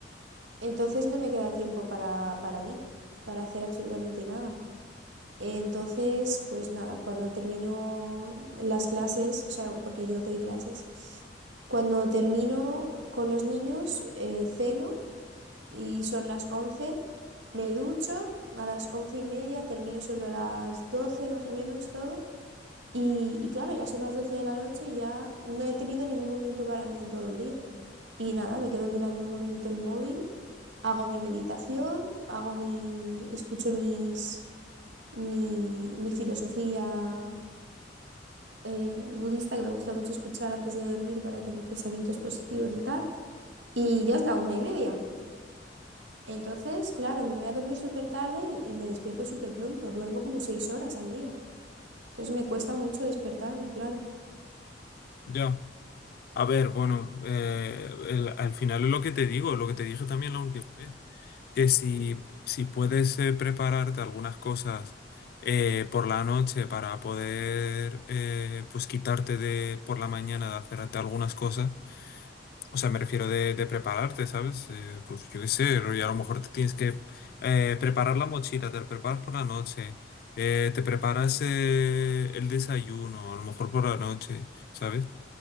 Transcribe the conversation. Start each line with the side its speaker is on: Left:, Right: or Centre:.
Right: Entonces no me queda tiempo para, para mí, para hacer absolutamente nada. Entonces, pues nada, cuando termino las clases, o sea, porque yo doy clases, cuando termino con los niños, eh, ceno y son las 11, me ducho, a las once y media termino sobre las 12 más o menos todo. Y, y claro, ya son las doce de la noche y ya no he tenido ningún momento para mí en todo el día. Y nada, me quedo mirando un momento el móvil, hago mi meditación, hago mi, escucho mis, mi, mi filosofía eh, budista que me gusta mucho escuchar antes de dormir para tener pensamientos positivos y tal. Y ya es la una y media. Entonces, claro, me voy a dormir súper tarde y, y me despierto súper pronto. Duermo como seis horas al día. Entonces me cuesta mucho despertarme, claro.
Left: Ya. A ver, bueno, eh, el- al final es lo que te digo, lo que te dije también la última vez, que si, si puedes eh, prepararte algunas cosas eh, por la noche para poder, eh, pues quitarte de por la mañana de hacerte algunas cosas, O sea, me refiero de, de prepararte, ¿sabes? Eh, pues yo qué sé, rollo, a lo mejor te tienes que eh, preparar la mochila, te la preparas por la noche, eh, te preparas eh, el desayuno, a lo mejor por la noche, ¿sabes?